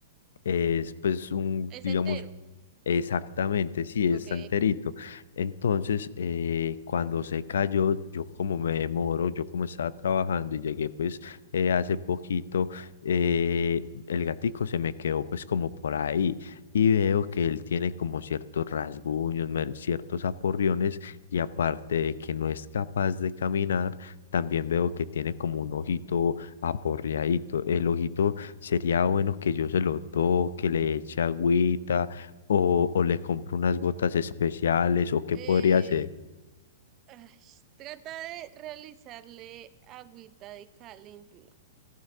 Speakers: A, on the left; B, on the right.
A: es pues un,
B: Es
A: digamos,
B: entero,
A: Exactamente, sí,
B: ok.
A: está enterito. Entonces, eh, cuando se cayó, yo como me demoro, yo como estaba trabajando y llegué pues eh, hace poquito, eh, el gatico se me quedó pues como por ahí y veo que él tiene como ciertos rasguños, mer- ciertos aporriones y aparte de que no es capaz de caminar, también veo que tiene como un ojito Aporreadito. El ojito sería bueno que yo se lo toque, le eche agüita o, o le compre unas gotas especiales o qué
B: Eh,
A: podría ser.
B: Ay, trata de realizarle agüita de caléndula